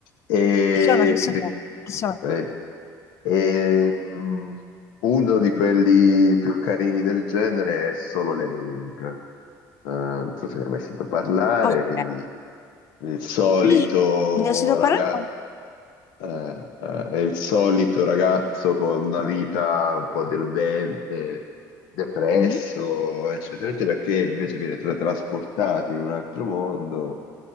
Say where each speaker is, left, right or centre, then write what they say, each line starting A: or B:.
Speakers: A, on the left; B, on the left.
A: E,
B: Ci sono, ci sono,
A: che di-
B: ci sono.
A: eh, ehm, uno di quelli più carini del genere è Solo Leveling. Eh, non so se ne hai mai sentito parlare,
B: Ok.
A: quindi il solito
B: Sì, ne ho sentito
A: ragazzo,
B: parlare. quando-
A: eh, eh, è il solito ragazzo con una vita un po' deludente, depresso,
B: Mhm.
A: eccetera, eccetera, che invece viene tra- trasportato in un altro mondo